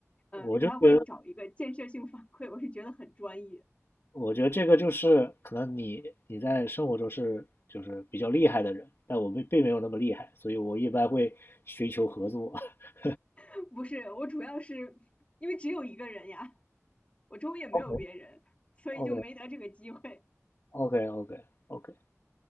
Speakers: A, on the left; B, on the left.
A: 嗯、
B: 我就觉得
A: 呃你还会找一个建设性反馈，我是觉得很专业。
B: 我觉得这个就是可能你你在生活中是就是比较厉害的人，但我并并没有那么厉害，所以我一般会寻求合作。<laughs>
A: <laughs> 不是，我主要是因为只有一个人呀，我周围也没有别人，
B: OK
A: 所以就没得这个机会。
B: OK OK OK OK。<laughs>